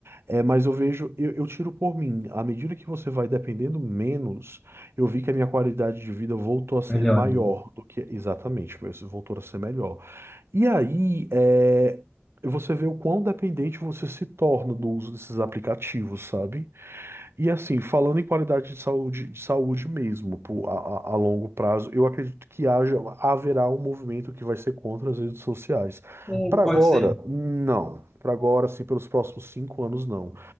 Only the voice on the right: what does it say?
É, mas eu vejo, eu, eu tiro por mim. À medida que você vai dependendo menos, eu vi que a minha qualidade de vida voltou a ser
maior
do que exatamente, mas voltou a ser melhor. E aí, é, você vê o quão dependente você se torna do uso desses aplicativos, sabe? E assim, falando em qualidade de saúde, de saúde mesmo, pô, a, a- a longo prazo, eu acredito que haja, haverá um movimento que vai ser contra as redes sociais.
Para
agora,
não. Para agora, assim, pelos próximos cinco anos, não.